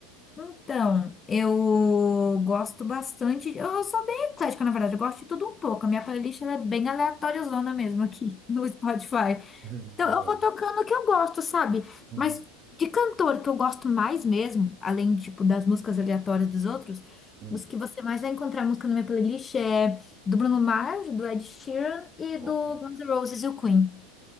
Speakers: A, on the left; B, on the right.
A: Então, eu gosto bastante. de- Eu sou bem eclética, na verdade. Eu gosto de tudo um pouco. A minha playlist ela é bem aleatóriazona mesmo aqui <laughs> no Spotify.
B: <laughs>
A: Então,
B: Da
A: eu
B: hora.
A: vou tocando o que eu gosto, sabe?
B: Uhum.
A: Mas de cantor que eu gosto mais mesmo, além, tipo, das músicas aleatórias dos outros,
B: Hum,
A: os que você mais vai encontrar música na minha playlist é do Bruno Mars, do Ed Sheeran e
B: top.
A: do Guns N' Roses e o Queen.